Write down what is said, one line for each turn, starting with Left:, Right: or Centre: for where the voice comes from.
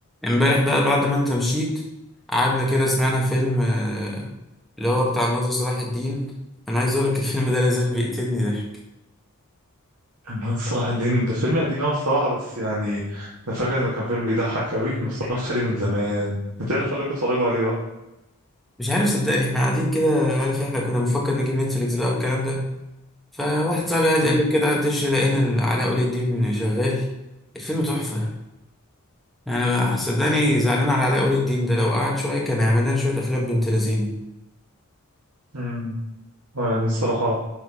Centre: امبارح بقى بعد ما انت مشيت قعدنا كده سمعنا فيلم آه، اللي هو بتاع الناظر صلاح الدين انا عايز اقولك الفيلم ده لازال بيقتلني ضحك
Right: أنا الصراحة دين ده فيلم قديم أوي الصراحة بس يعني أنا فاكر إنه كان فيلم بيضحك أوي ما اتفرجتش عليه من زمان أنت إيه اللي خلاكوا تتفرجوا عليه بقى؟
Centre: مش عارف صدقني احنا قاعدين كده عارف احنا كنا بنفكر نجيب نتفليكس بقى والكلام ده فواحد صاحبي قاعد
Right: امم
Centre: يقلب كده على الدش لقينا ال- علاء ولي الدين شغال الفيلم تحفة انا بقى صدقني زعلان على علاء ولي الدين ده لو قعد شوية كان هيعمل لنا شوية افلام بنت لذينة
Right: امم يعني الصراحة